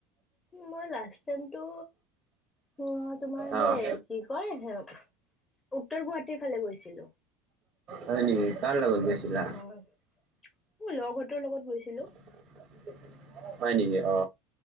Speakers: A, on the left; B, on the right.
A: উ মই লাষ্ট টাইমটো উম তোমাৰ
B: অ',
A: সেইয়া কয় আছো উত্তৰ গুৱাহাটীৰ ফালে গৈছিলো।
B: হয় নেকি কাৰ লগত গৈছিলা
A: মোৰ লগহতৰ লগত গৈছিলো।
B: <unintelligible> হয় নেকি অ